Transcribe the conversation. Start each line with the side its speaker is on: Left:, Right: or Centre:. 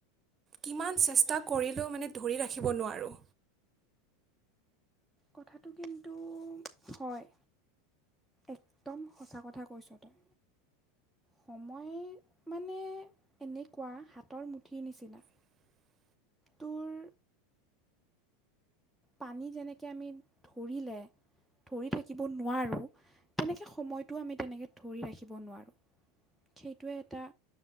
Right: কিমান চেষ্টা কৰিলেও মানে ধৰি ৰাখিব নোৱাৰোঁ।
Centre: কথাটো কিন্তু হয়। একদম সঁচা কথা কৈছ তই। সময় মানে এনেকুৱা হাতৰ মুঠিৰ নিচিনা।
Right: <inaudible>
Centre: তোৰ পানী যেনেকে আমি ধৰিলে ধৰি থাকিব নোৱাৰোঁ তেনেকে সময়টো আমি তেনেকে ধৰি ৰাখিব নোৱাৰোঁ। সেইটোৱে এটা